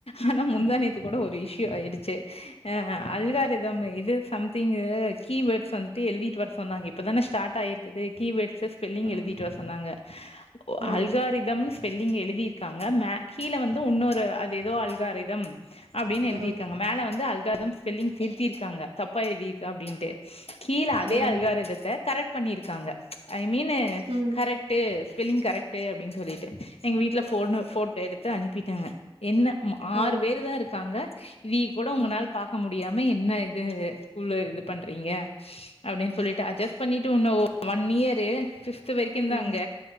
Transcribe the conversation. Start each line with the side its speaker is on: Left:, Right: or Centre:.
Left: ஆனா முந்தா நேத்து கூட ஒரு இஷ்யூ ஆயிடுச்சு அ அல்காரிதம் இது சம்திங்கு கீவேர்ட்ஸ் வந்துட்டு எழுதிட்டு வர சொன்னாங்க இப்பதான ஸ்டாட் ஆயிருக்குது கீவேட்சஸ் ஸ்பெல்லிங்
Right: ம்,
Left: எழுதிட்டு வர சொன்னாங்க
Right: ம்,
Left: அல்காரிதம் ஸ்பெல்லிங் எழுதிருக்காங்க மேக் கீழ வந்து உன்னொரு அது எதோ அல்காரிதம் அப்டின்னு
Right: ம்,
Left: எழுதிருக்காங்க மேலே வந்து அல்கார்தம் ஸ்பெல்லிங் திருத்திருக்காங்க தப்பா எழுதிருக்கா அப்டின்ட்டு கீழே அதே
Right: ம்,
Left: அல்காரிதத்த கரெட் பண்ணிருக்காங்க ஐ மீனு
Right: ம்,
Left: கரெட் டு ஸ்பெல்லிங் கரெட்டு அப்டின் சொல்லீட்டு எங்க வீட்ல ஃபோனு போட்டோ எடு த்து அனுப்பிட்டாங்க என்ன ம
Right: ம்,
Left: ஆறு பேரு தா இருக்காங்க இவீக்கூடம் உங்கனால
Right: ம்,
Left: பாக்க மு டியாம என்ன இது ஸ்கூல்ல இது பண்றீங்க அப்டின் சொல்லீட்டு அட்ஜஸ் பண்ணீட்டு உன்னு ஒன் இயரு ஃப்ஃப்த் வரைக்குந்தா
Right: ம்.
Left: அங்க